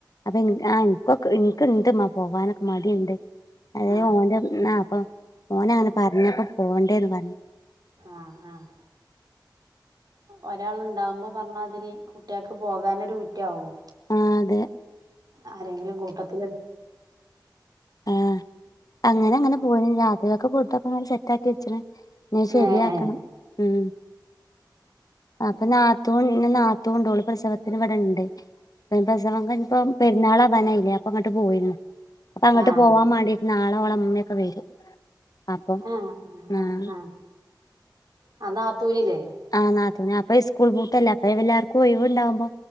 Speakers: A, on the left; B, on the right.
A: അപ്പൊ ഇൻ ആഹ് ഇൻക്കൊക്കെ എൻക്കുണ്ട്മ്മാ പോകാനൊക്കെ മടിണ്ട്. അതെ
B: ആഹ്
A: ഓന്റെന്നാപ്പൊ ഓനങ്ങനെ പറഞ്ഞപ്പോ പോണ്ടേനു പറഞ്ഞ്
B: ആഹ് ആഹ് ഒരാളുണ്ടാവുമ്പോ പറഞ്ഞാതിരി കുട്ടിയാക്ക് പോകാനൊരു ഊറ്റാകും
A: ആഹ് അതെ
B: ആരെങ്കിലും കൂട്ടത്തില്
A: ആഹ് അങ്ങനെ അങ്ങനെ പോയി രാത്രികൊക്കെ പോയിട്ടൊക്കെനം സെറ്റ് ആക്കി വെച്ചണ് എനി ശരിയാക്കണം
B: ഏഹ്
A: മ് അപ്പൊ നാത്തുൽ നാത്തൂണ്ടോള് പ്രസവത്തിനിവിടെണ്ട് എനി പ്രസവം കഴിഞ്ഞപ്പോ പെരുന്നാളാവാനായില്ലേ അപ്പൊ ഇങ്ങട്ട് പോയിരുന്നു അപ്പ അങ്ങട്ട്
B: ആഹ്
A: പോവാൻ വേണ്ടിട്ട് നാളെ ഓളമ്മൊയൊക്കെ വരും അപ്പം
B: ആഹ്
A: ഞാന്
B: ആഹ് ആഹ് ആഹ് നാത്തൂനില്ലേ?
A: ആ നാത്തൂന് അപ്പൊ ഇസ്കൂള്പൂട്ടല്ലേ അപ്പല്ലാവർക്കും ഒയിവുണ്ടാവുമ്പോ